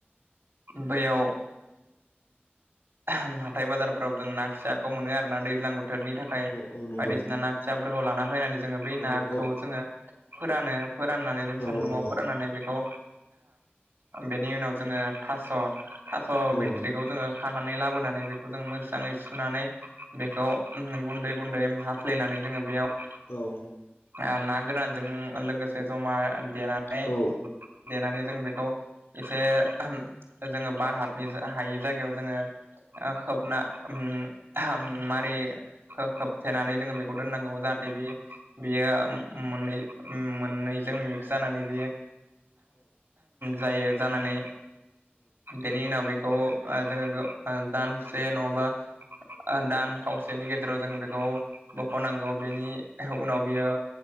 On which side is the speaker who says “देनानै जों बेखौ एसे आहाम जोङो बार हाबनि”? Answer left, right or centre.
Right